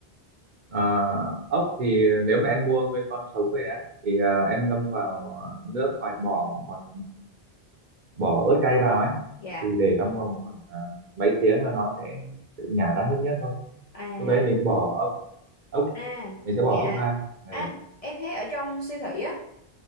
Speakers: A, on the right; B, on the left.
A: Ờ, ốc thì nếu mà em mua nguyên con sống về á thì ờ, em ngâm vào nước và bỏ một bỏ ớt cay vào ấy
B: Dạ.
A: thì để trong vòng khoảng ờ, mấy tiếng là nó sẽ tự nhả ra hết nước thôi
B: À
A: lúc đấy mình sẽ bỏ ốc ốc
B: à
A: mình sẽ bỏ
B: dạ.
A: ốc ra ừ.
B: Anh em thấy ở trong siêu thị á